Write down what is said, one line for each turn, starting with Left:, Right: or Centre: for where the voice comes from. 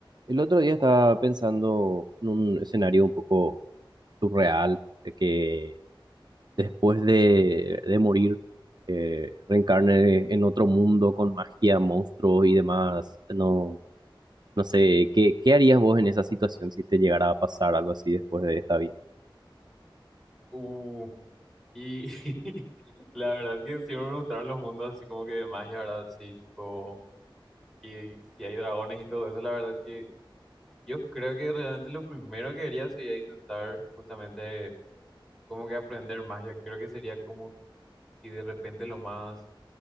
Right: El otro día estaba pensando en un escenario un poco surreal, de que después de, de morir eh, reencarne en otro mundo con magia, monstruos y demás. No, no sé, ¿qué, qué harías vos en esa situación si te llegara a pasar algo así después de esta vida?
Centre: Uh, y <laughs> la verdad que siempre me gustaron los mundos así como que de magia, ¿verdad? Sí, tipo, y si hay dragones y todo eso, la verdad que yo creo que realmente lo primero que haría sería intentar justamente como que aprender magia. Creo que sería como y de repente lo más,